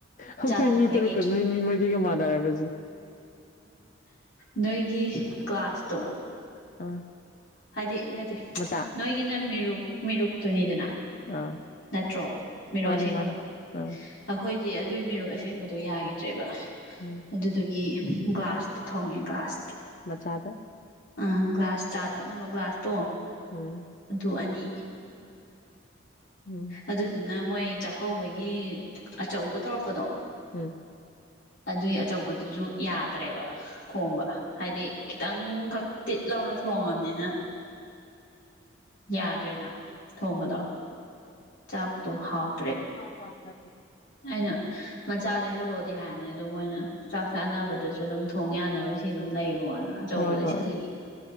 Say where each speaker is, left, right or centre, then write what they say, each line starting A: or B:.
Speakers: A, on the left; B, on the left.
A: ꯑꯩꯈꯣꯏ
B: ꯆꯥ ꯊꯛꯄꯒꯤ
A: ꯃꯤ ꯇꯔꯨꯛꯀ ꯅꯣꯏ ꯃꯤ ꯃꯔꯤꯒ ꯃꯥꯟꯅꯔꯕ
B: ꯅꯣꯏꯒꯤ ꯀ꯭ꯂꯥꯁꯇꯣ
A: ꯑꯥ
B: ꯍꯥꯏꯗꯤ ꯅꯠꯇꯦ
A: ꯃꯆꯥ
B: ꯅꯣꯏꯒꯤꯅ ꯃꯤꯔꯨꯞ ꯃꯤꯔꯨꯞꯇꯨꯅꯤꯗꯅ
A: ꯑꯥ
B: ꯅꯠꯇ꯭ꯔꯣ ꯃꯤꯔꯣ
A: ꯃꯥꯅꯦ
B: ꯑꯁꯦꯡꯕꯗꯣ
A: ꯃꯥꯅꯦ ꯑꯥ
B: ꯑꯩꯈꯣꯏꯗꯤ ꯑꯗꯨꯏ ꯃꯤꯔꯨꯞ ꯑꯁꯦꯡꯕꯗꯣ ꯌꯥꯈꯤꯗ꯭ꯔꯦꯕ
A: ꯎꯝ
B: ꯑꯗꯨꯗꯨꯒꯤ ꯒ꯭ꯂꯥꯁꯇ ꯊꯣꯡꯉꯦ ꯒ꯭ꯂꯥꯁꯇ
A: ꯃꯆꯥꯥꯗ
B: ꯑ ꯒ꯭ꯂꯥꯁ ꯆꯥ ꯊꯛꯅꯕ ꯒ꯭ꯂꯥꯁꯇꯣ
A: ꯎꯝ
B: ꯑꯗꯨ ꯑꯅꯤ
A: ꯎꯝ
B: ꯑꯗꯨꯗꯨꯅ ꯃꯣꯏ ꯆꯥꯛꯀꯧꯕꯒꯤ ꯑꯆꯧꯕ ꯇꯧꯔꯛꯄꯗꯣ
A: ꯎꯝ
B: ꯑꯗꯨꯏ ꯑꯆꯧꯕꯗꯨꯁꯨ ꯌꯥꯗ꯭ꯔꯦꯕ ꯊꯣꯡꯕ ꯍꯥꯏꯗꯤ ꯈꯤꯇꯪꯈꯛ ꯇꯤꯠ ꯂꯥꯎꯅ ꯊꯣꯡꯉꯕꯅꯤꯅ ꯌꯥꯗ꯭ꯔꯦꯅ ꯊꯣꯡꯕꯗꯣ
A: ꯎꯝ
B: ꯥꯛꯣ ꯍꯥꯎ
A: ꯍ ꯍ ꯍ <inaudible>
B: ꯑꯩꯅ ꯃꯆꯥ ꯂꯩꯍꯜꯂꯣꯗꯤ ꯍꯥꯏꯕꯅꯦ ꯑꯗꯨ ꯃꯣꯏꯅ ꯆꯥꯛ ꯆꯥꯅꯕꯗꯁꯨ ꯑꯗꯨꯝ ꯊꯣꯡ ꯌꯥꯅꯕꯁꯤ ꯑꯗꯨꯝ ꯂꯩꯔꯣꯅ ꯑꯆꯧꯕ
A: ꯍꯣꯏ ꯍꯣꯏ
B: ꯂꯩꯁꯜꯂꯤ